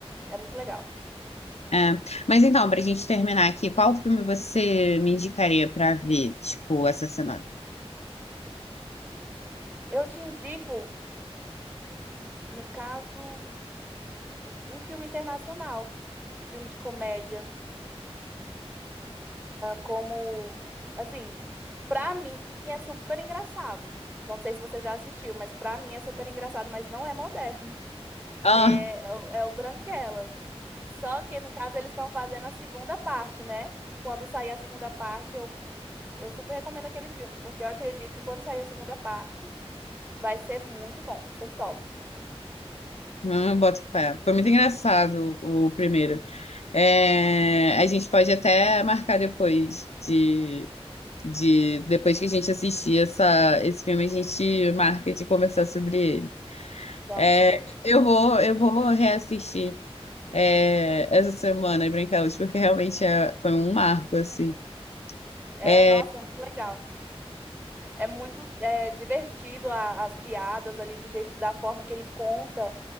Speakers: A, on the right (about 15°); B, on the left (about 80°).
A: É muito legal.
B: É. Mas então, pra gente terminar aqui, qual filme você me indicaria pra ver, tipo, essa semana?
A: Eu te indico, no caso, um filme internacional, filme de comédia. como, assim, pra mim é super engraçado. Não sei se você já assistiu, mas pra mim é super engraçado, mas não é moderno. <laughs>
B: Ah,
A: É, é o é o Branquelas. Só que, no caso, eles estão fazendo a segunda parte, né? E quando sair a segunda parte, eu, eu super recomendo aquele filme, porque eu acredito que quando sair a segunda parte, vai ser muito bom, vai ser top.
B: Hum, boto fé. Foi muito engraçado o primeiro. É, a gente pode até marcar depois de, de depois que a gente assistir essa, esse filme, a gente marca de conversar sobre ele.
A: Vamos
B: É,
A: sim.
B: eu vou, eu vou reassistir é, essa semana Branquelas, porque realmente é- foi um marco, assim.
A: É,
B: É,
A: nossa, muito legal. É muito é, divertido a- as piadas ali do jeito, da forma que ele conta.